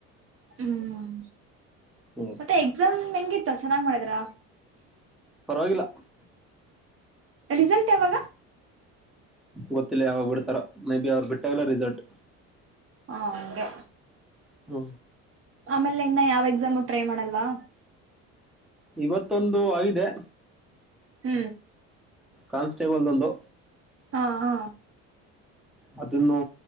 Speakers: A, on the right; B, in the centre.
A: ಹ್ಮ್
B: ಹ್ಮ್
A: ಮತ್ತೆ ಎ ್ ಹೆಂಗಿತ್ತು ಚೆನ್ನಾಗ್ ಮಾಡಿದ್ರ
B: ಪರವಾಗಿಲ್ಲ <inaudible>
A: ರಿಸಲ್ಟ್ ಯಾವಾಗ
B: ಗೊತ್ತಿಲ್ಲ ಯಾವಾಗ ಬಿಡ್ತಾರ ಮೇ ಬಿ ಅವ್ರು ಬಿಟ್ಟಾಗಲ್ಲ ರಿಸಲ್ಟ್
A: ಹಾ ಹಂಗೆ
B: ಹ್ಮ
A: ಆಮೇಲೆ ಇನ್ನ ಯಾವ್ ಎಕ್ಸಾಮು ಟ್ರೈ ಮಾಡಲ್ವಾ
B: ಇವತ್ತೊಂದು ಆಗಿದೆ
A: ಹು
B: ಕಾನ್ಸ್ಟೇಬಲ್ದ್ ಒಂದು
A: ಹಾ ಹಾ
B: ಅದೇ ಇನ್ನು